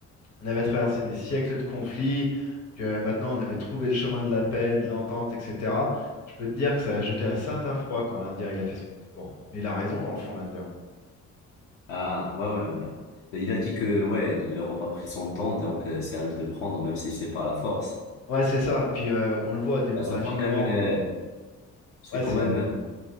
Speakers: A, on the left; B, on the left.
A: on avait traversé des siècles de conflits, que maintenant on avait trouvé le chemin de la paix, de l'entente, etc. Je peux te dire que ça a jeté un certain froid quand l'Indien il a fait son discours. Mais il a raison dans le fond, l'Indien.
B: Ah, ouais, ouais, non. Mais Il a dit que, ouais, l'Europe a pris son temps, donc euh, c'est à nous de prendre, même si c'est par la force.
A: Ouais, c'est ça. Puis euh, on le voit démographiquement.
B: Bah, c'est quand même, euh, c'est
A: Ouais,
B: quand
A: c'est
B: même, euh,